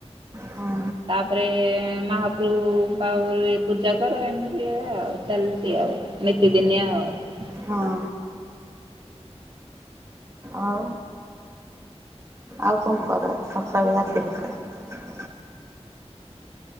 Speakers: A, on the right; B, on the right.
A: ହଁ
B: ତାପରେ ମହାପ୍ରଭୁ ବାରେ ପୂଜା କର ଏମିତି ହୁଏ ଆଉ ଚାଲଛି ଆଉ ନିତିଦିନିଆ ଆଉ
A: ହଁ। ଆଉ ଆଉ କଣ କରନ୍ତି ସକାଳୁ ରାତି ଭିତରେ